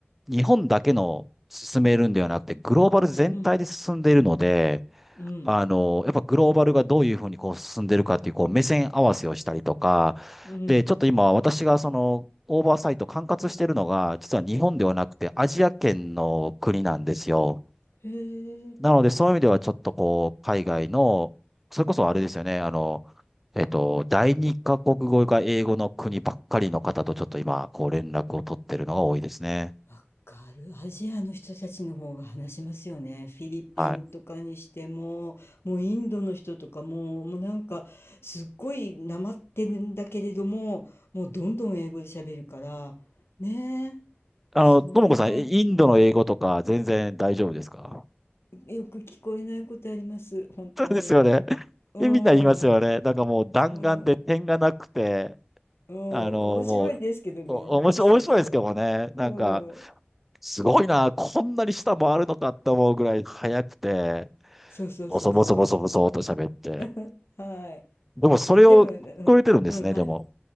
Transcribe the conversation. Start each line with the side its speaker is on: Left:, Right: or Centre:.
Centre: 日本だけの進めるんではなくて、グローバル全体で進んでいるので、
Left: うん、うん、
Centre: あの、やっぱグローバルがどういうふうにこう進んでるかっていう、こう、目線合わせをしたりとか、
Left: うん。
Centre: で、ちょっと今、私がその、オーバーサイト管轄してるのが、実は日本ではなくて、アジア圏の国なんですよ。
Left: へえ。
Centre: なので、そういう意味ではちょっとこう、海外の、それこそあれですよね、あの、えっと、第二カ国語が英語の国ばっかりの方とちょっと今、こう連絡を取ってるのが多いですね。
Left: わかる。アジアの人たちの方が話しますよね。フィリピンとかにしても、
Centre: はい。
Left: もうインドの人とかも、もうなんか、すっごいなまってるんだけれども、もうどんどん英語で喋るから、ねえ、
Centre: あの、
Left: それは、
Centre: ともこさん、えインドの英語とか全然大丈夫ですか
Left: うん、よく聞こえないことあります。本当に。
Centre: そうですよね。
Left: うん、
Centre: え、みんな言いますよね。
Left: うん、
Centre: なんかもう弾丸で点がなくて、
Left: うん、面白いですけどね、
Centre: あの、もう、お、面白い面白いですけどもね。
Left: 話してると。
Centre: なんか、
Left: うん、
Centre: すごいな、こんなに下回るのかって思うぐらい速くて。
Left: そうそうそうそ
Centre: ボソボソボソボソと喋って。
Left: う。はい。
Centre: でもそれを聞こえてるんですね、
Left: でも、うん、うん、はい。
Centre: でも。